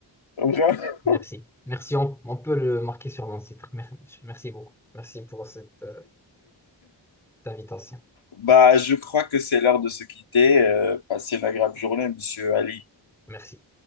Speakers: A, on the left; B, in the centre.
A: <laughs>
B: Merci. Merci, on, on peut le marquer sur mon site. Mer- Merci beaucoup. Merci pour cette, euh, cette invitation.
A: Bah, je crois que c'est l'heure de se quitter. Euh, passez une agréable journée, monsieur Ali.
B: Merci.